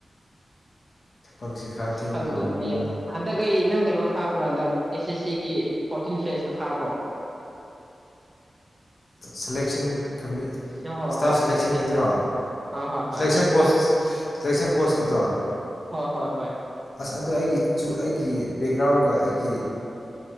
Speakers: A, on the left (about 60°); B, on the right (about 35°).
A: ꯊꯕꯛꯁꯦ ꯈꯔ ꯊꯦꯡꯅ
B: ꯍꯪꯅ
A: ꯍꯧꯕꯅꯤꯅ
B: ꯍꯒ ꯑꯩ ꯅꯪ ꯀꯩꯅꯣ ꯊꯥꯕ꯭ꯔꯥ ꯍꯟꯗꯛ ꯑꯦꯁ ꯑꯦꯁ ꯁꯤꯒꯤ ꯐꯣꯔꯇꯤꯟ ꯐꯦꯖꯇ ꯊꯥꯕ꯭ꯔꯣ
A: ꯁꯂꯦꯛꯦꯛꯁꯟ ꯏꯁꯇꯥꯞ
B: ꯍꯣꯏ ꯍꯣꯏ
A: ꯁꯦꯂꯦꯛꯁꯟꯒꯤꯗꯨꯔꯣ
B: ꯁꯦꯂꯦꯛꯁꯟ ꯍꯣꯏ ꯍꯣꯏ ꯍꯣꯏ
A: ꯁꯦꯂꯦꯛꯁꯟ ꯄꯣꯁ ꯁꯂꯦꯛꯁꯟ ꯄꯣꯁ ꯈꯤꯗ
B: ꯍꯣꯏ ꯍꯣꯏ ꯍꯣꯏ
A: ꯑꯁ ꯑꯗꯣ ꯑꯩꯒꯤꯁꯨ ꯑꯩꯒꯤ ꯕꯦꯛꯒ꯭ꯔꯥꯎꯟꯒ ꯑꯩꯒꯤ